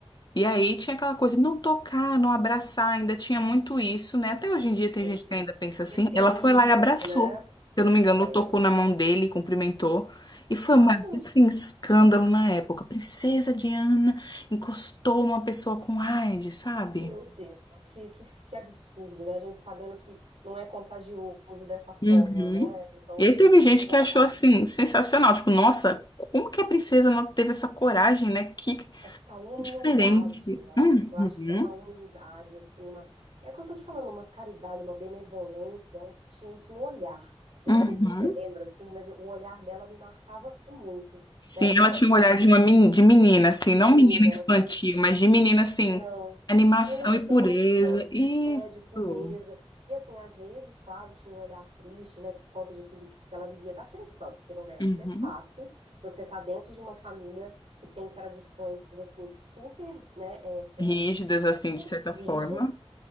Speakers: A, on the left; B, on the right.
A: e aí tinha aquela coisa, não tocar, não abraçar, ainda tinha muito isso, né? Até hoje em dia tem
B: esse
A: gente que ainda pensa assim.
B: esse
A: Ela
B: mito,
A: foi lá e abraçou,
B: né?
A: se eu não me engano,
B: É,
A: tocou na mão dele, cumprimentou. E foi
B: claro,
A: uma, assim, escândalo na época. Princesa Diana encostou uma pessoa com AIDS, sabe?
B: meu Deus, que, que, que absurdo, né? A gente sabendo que não é contagioso dessa forma,
A: Uhum.
B: né? São outros
A: E aí teve
B: tipos
A: gente
B: de contágio.
A: que achou, assim, sensacional. Tipo, nossa, como que a princesa não teve essa coragem, né? Que
B: essa humildade,
A: diferente.
B: né?
A: Uhum.
B: Eu acho que é uma humildade, assim, uma. É o que eu tô te falando, uma caridade, uma benevolência. Ela tinha isso no olhar. Eu
A: Uhum.
B: não sei se você lembra, assim, mas o olhar dela me marcava muito,
A: Sim,
B: né? Que
A: ela
B: era
A: tinha
B: aquele
A: um olhar
B: olhar
A: de uma meni- de menina, assim,
B: de
A: não
B: menina.
A: menina infantil, mas de menina, assim,
B: Não,
A: animação
B: de inocência,
A: e pureza. Isso.
B: é, de pureza. E assim, às vezes, claro, tinha um olhar triste, né, por conta de tudo que ela vivia da pressão, porque não deve
A: Uhum.
B: ser fácil você tá dentro de uma família que tem tradições, assim, super, né, é,
A: Rígidas,
B: é, difíceis,
A: assim, de certa
B: rígidas,
A: forma.